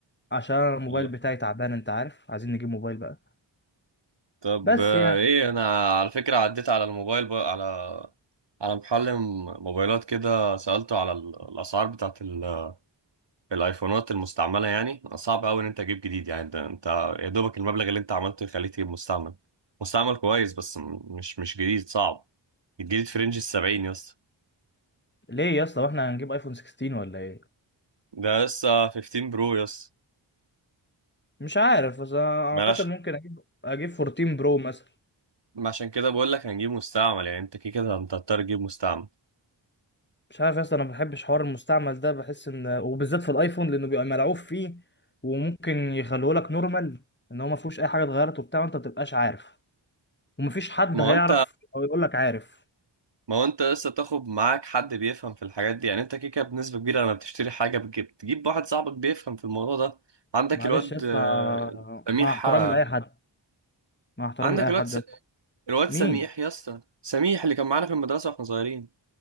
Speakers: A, on the left (about 25°); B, on the right (about 65°).
A: عشان الموبايل
B: الله
A: بتاعي تعبان انت عارف عايزين نجيب موبايل بقى
B: طب
A: بس
B: آه،
A: يعني
B: ايه انا على فكرة عديت على الموبايل بقى على على محل م- موبايلات كده سألته على ال- الاسعار بتاعت ال- الايفونات المستعملة يعني صعب قوي ان انت تجيب جديد يعني ده انت يا دوبك المبلغ اللي انت عملته يخليك تجيب مستعمل مستعمل كويس بس م- مش مش جديد صعب الجديد في رينج السبعين يا اسطى
A: ليه يا اسطى واحنا هنجيب ايفون 16 ولا ايه
B: ده لسه 15 برو يا اسطى
A: مش عارف بس أنا اعتقد
B: ما أنا عش-
A: ممكن اجيب اجيب 14 برو مثلا
B: ما عشان كده بقول لك هنجيب مستعمل يعني انت كده كده انت هتضطر تجيب مستعمل
A: مش عارف يا اسطى انا ما بحبش حوار المستعمل ده بحس ان وبالذات في الايفون لانه بيبقى ملعوب فيه وممكن يخلوه لك نورمال ان هو ما فيهوش اي حاجه اتغيرت وبتاع وانت ما تبقاش عارف ومفيش حد
B: ما
A: هيعرف
B: هو
A: او يقول لك عارف
B: ما هو انت لسه تاخد معاك حد بيفهم في الحاجات دي يعني انت كده كده بنسبة كبيرة لما بتشتري حاجة بتجيب تجيب واحد صاحبك بيفهم في الموضوع ده عندك
A: معلش
B: الواد
A: يا اسطى
B: آه، سميح
A: مع احترامي
B: آه،
A: لاي حد مع احترامي
B: عندك
A: لاي
B: الواد
A: حد
B: س...
A: يا اسطى
B: الواد
A: مين
B: سميح يا اسطى سميح اللي كان معانا في المدرسة واحنا صغيرين